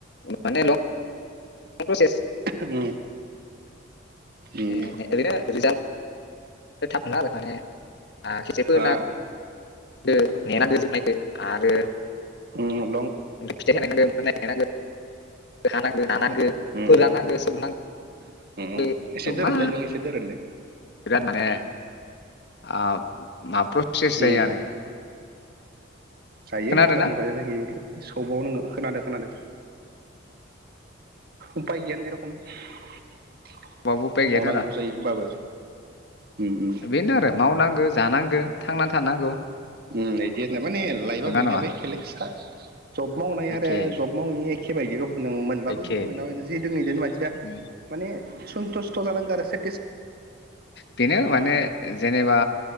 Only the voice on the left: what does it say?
माने लंप्रसेस <unintelligible>
<unintelligible> माने आ <unintelligible>
नेनांगोन <inaudible> आरो
<unintelligible> हा नांगो नानांगो
फोरानांगो
सौनांगौ
मा
बिराद माने आ माबा प्रसेस जायो
आरो
खोनादों
ना
बाव उफाय गैयाथारा
बेनो आरो मावनांगौ जानांगौ थांना थानांगौ।
नंगोना
नङा
एखे
एखे
उम,
बेनो माने जेनेबा।